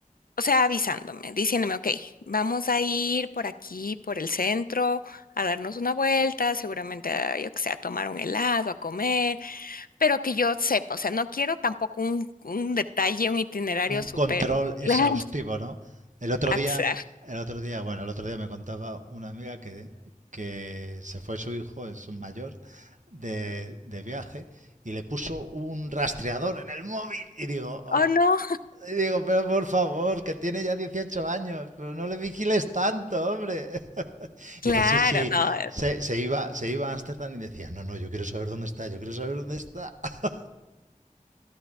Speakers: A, on the left (about 90°); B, on the right (about 60°).
A: O sea, avisándome, diciéndome, ok, vamos a ir por aquí, por el centro, a darnos una vuelta, seguramente, a, yo que sé, a tomar un helado, a comer, pero que yo sepa, o sea, no quiero tampoco un, un detalle, un itinerario
B: un
A: súper
B: control exhaustivo,
A: Claro. <laughs>
B: ¿no? El otro día,
A: axa-
B: el otro día, bueno, el otro día me contaba una amiga que, que se fue su hijo, es un mayor, de, de viaje y le puso un rastreador en el móvil. Y digo, "Oh",
A: Oh,
B: no".
A: no,
B: y digo, pero por favor, que tiene ya 18 años, pero no le vigiles tanto, hombre. <laughs>
A: claro,
B: Y dice, sí, sí,
A: no.
B: se, se iba, se iba a Ámsterdam y decía, no, no, yo quiero saber dónde está, yo quiero saber dónde está. <laughs>